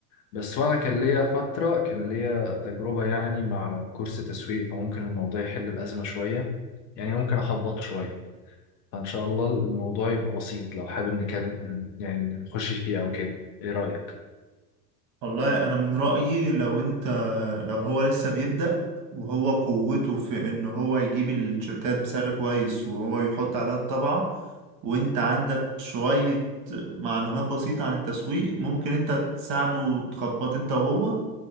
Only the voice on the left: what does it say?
بس وأنا كان ليا فترة كان ليا تجربة يعني مع كورس تسويق فممكن الموضوع يحل الأزمة شوية يعني ممكن أخبط شوية فإن شاء الله الموضوع يبقى بسيط لو حابب نكلم يعني نخش فيه أو كده إيه رأيك؟